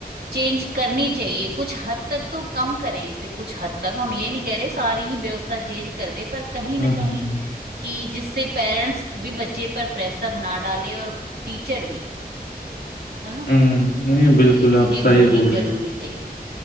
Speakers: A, on the right; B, on the left.
A: चेंज करनी चाहिए कुछ हद तक तो कम करे इसे कुछ हद तक हम ये नहीं कह रहे सारी ही व्यवस्था चेंज कर दे पर कहीं
B: हम्म
A: ना कहीं
B: हम्म।
A: कि जिससे पेरेंट्स भी बच्चे पर प्रेशर ना डाले और टीचर भी है ना
B: हम्म नहीं बिल्कुल
A: ये
B: आप
A: चीजें
B: सही
A: होनी
B: बोल
A: जरूरी
B: रही हैं
A: चाहिए